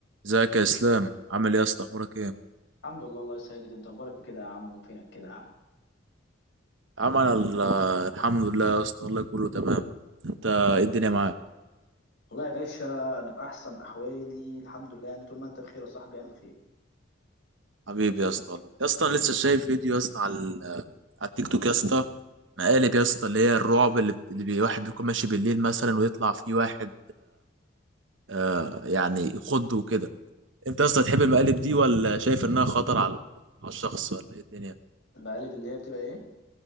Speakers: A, on the right; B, on the left.
A: ازيك يا اسلام عامل ايه يا اسطى اخبارك ايه
B: الحمد لله الله يسعدك انت اخبارك إيه كده يا عم وفينك كده يا عم
A: عمل الحمد لله يا اسطى والله كله تمام انت ايه الدنيا معاك
B: والله يا باشا انا في احسن احوالي الحمد لله يعني طول ما انت بخير يا صاحبي انا بخير
A: حبيبي يا اسطى والله يا اسطى انا لسه شايف فيديو يا اسطى على ال- على التيك توك يا اسطى مقالب يا اسطى اللي هي الرعب اللي, بت- اللي بي- واحد بيكون ماشي بالليل مثلا ويطلع فيه واحد آه يعني يخضه وكده انت يا اسطى تحب المقالب دي ولا شايف انها خطر على على الشخص ولا ايه الدنيا
B: المقالب اللي هي بتبقى ايه